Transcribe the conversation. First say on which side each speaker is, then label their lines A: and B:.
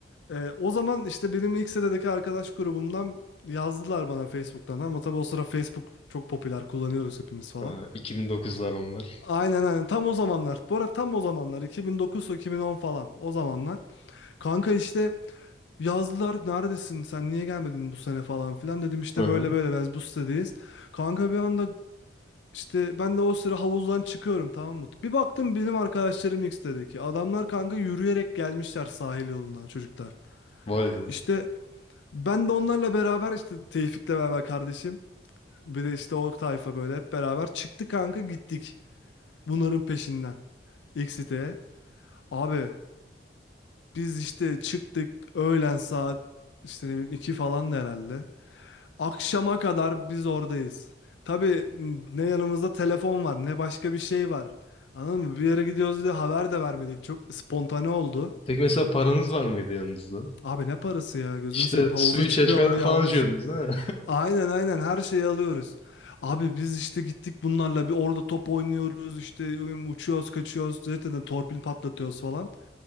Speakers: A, on the left (about 80°); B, on the left (about 35°).
A: e, o zaman işte benim ilk sitedeki arkadaş grubumdan yazdılar bana Facebook'tan ama tabii o sıra Facebook çok popüler kullanıyoruz hepimiz falan.
B: Ha, iki bin dokuzlar onlar.
A: Aynen aynen tam o zamanlar. Bu arada tam o zamanlar 2009-2010 falan o zamanlar. Kanka işte Yazdılar neredesin sen niye gelmedin bu sene falan filan dedim işte
B: Aha,
A: böyle böyle biz bu sitedeyiz. Kanka bir anda işte ben de o sıra havuzdan çıkıyorum tamam mı? Bir baktım benim arkadaşlarım ilk sitedeki adamlar kanka yürüyerek gelmişler sahil yolundan çocuklar.
B: vay be.
A: İşte ben de onlarla beraber işte Tevfik'le beraber kardeşim bir de işte o tayfa böyle hep beraber çıktı kanka gittik bunların peşinden ilk siteye. Abi biz işte çıktık öğlen saat işte ne bileyim 2 falan da herhalde. Akşama kadar biz oradayız. Tabii ne yanımızda telefon var, ne başka bir şey var. Anladın mı? Bir yere gidiyoruz diye haber de vermedik. Çok spontane oldu.
B: Peki mesela paranız var mıydı yanınızda?
A: Abi ne parası ya gözünü
B: İşte
A: seveyim havuza
B: suyu
A: çıkıyorum
B: çeşmeden
A: diye
B: falan
A: almışım.
B: içiyordunuz ha?
A: Aynen aynen her şeyi alıyoruz. Abi biz işte gittik bunlarla bir orada top oynuyoruz işte ım, uçuyoruz kaçıyoruz zaten torpil patlatıyoruz falan.